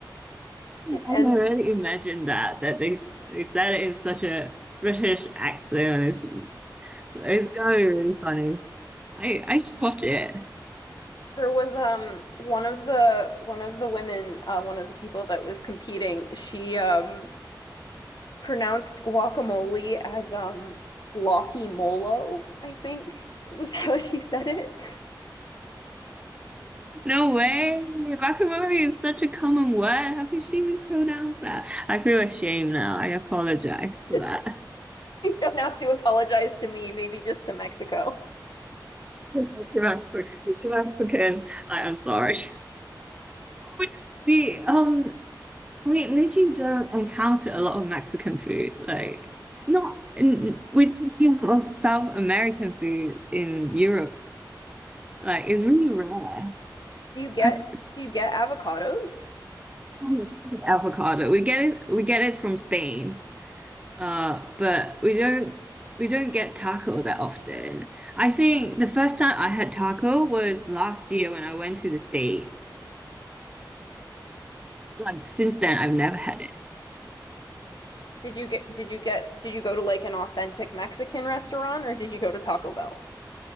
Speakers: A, on the right; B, on the left.
A: I
B: and
A: can already imagine that that they s- they said it in such a British accent. It's So it's gonna be really funny. I I should watch it.
B: there was um one of the one of the women uh, one of the people that was competing she um pronounced guacamole as um glocky molo, I think it was <laughs> how she said it.
A: No way. Bakamori is such a common word. How could she mispronounce that? I feel ashamed now. I apologize for
B: <laughs>
A: that. <laughs>
B: You don't have to apologize to me, maybe just to Mexico.
A: To African, to African. I am sorry. But See, um, we literally don't encounter a lot of Mexican food. Like, not n- we don't see a lot of South American food in Europe. Like, it's really rare.
B: Do you get
A: I,
B: do you get avocados?
A: Oh, avocado. We get it we get it from Spain. Uh, but we don't we don't get taco that often. I think the first time I had taco was last year when I went to the States. Like since then I've never had it.
B: Did you get did you get did you go to like an authentic Mexican restaurant or did you go to Taco Bell?